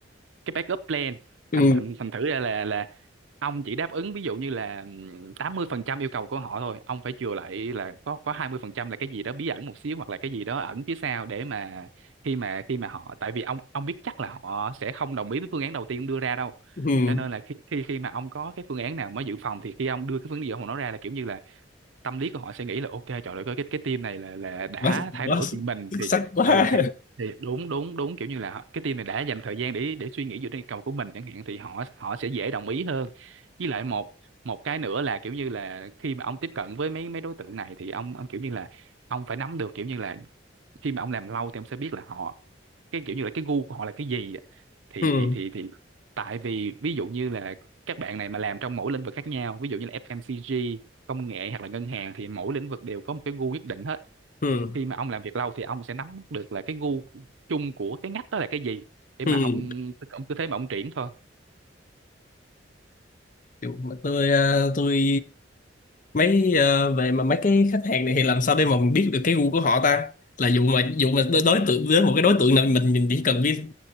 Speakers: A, on the right; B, on the left.
A: cái backup plan
B: ừ
A: thành thành thành thử ra là là ông chỉ đáp ứng ví dụ như là ừm, 80% yêu cầu của họ thôi ông phải chừa lại là có có 20% là cái gì đó bí ẩn một xíu hoặc là cái gì đó ẩn phía sau để mà khi mà khi mà họ tại vì ông ông biết chắc là họ sẽ không đồng ý với phương án đầu tiên ông đưa ra đâu
B: ừ
A: cho nên là khi khi khi mà ông có cái phương án nào mới dự phòng thì khi ông đưa cái phương án gì ông nói ra là kiểu như là tâm lý của họ sẽ nghĩ là ok trời ơi cái cái team này là là đã
B: quá
A: thay
B: quá
A: đổi
B: xuất
A: vì mình thì
B: sắc quá
A: ừ thì thì đúng đúng đúng kiểu như là họ- cái team này đã dành thời gian để để suy nghĩ về cái cầu của mình chẳng hạn thì họ họ sẽ dễ đồng ý hơn với lại một một cái nữa là kiểu như là khi mà ông tiếp cận với mấy mấy đối tượng này thì ông ông kiểu như là ông phải nắm được kiểu như là khi mà ông làm lâu thì ông sẽ biết là họ cái kiểu như là cái gu của họ là cái gì á.
B: <laughs>
A: thì
B: ừ
A: thì thì thì tại vì ví dụ như là các bạn này mà làm trong mỗi lĩnh vực khác nhau ví dụ như là FMCG công nghệ hoặc là ngân hàng thì mỗi lĩnh vực đều có một cái gu nhất định hết
B: ừ
A: khi mà ông làm việc lâu thì ông sẽ nắm bắt được là cái gu chung của cái ngách đó là cái gì để mà
B: ừ
A: ông ông cứ thế mà ông triển thôi
B: Kiểu mà tôi ờ, tôi mấy ờ, về mà mấy cái khách hàng này thì làm sao để mà mình biết được cái gu của họ ta là dụ mà dụ mà đối đối tượng với một cái đối tượng nào mình mình chỉ cần biết